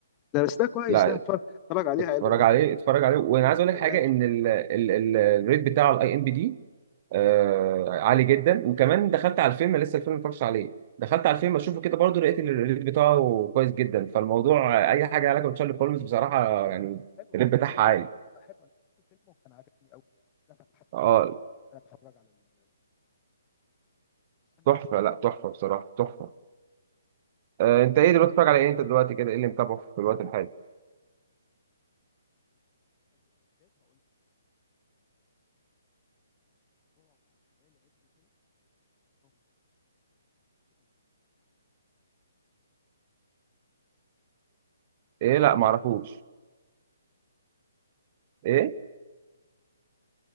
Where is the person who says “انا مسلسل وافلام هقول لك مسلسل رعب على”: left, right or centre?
Left